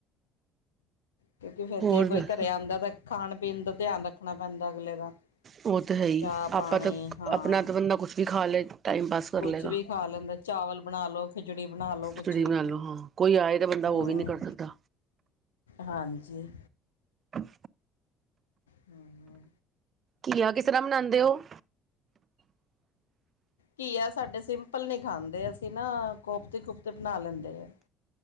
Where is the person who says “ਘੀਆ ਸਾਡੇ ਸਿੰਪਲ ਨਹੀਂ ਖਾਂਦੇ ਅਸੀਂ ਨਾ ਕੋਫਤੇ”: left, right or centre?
Left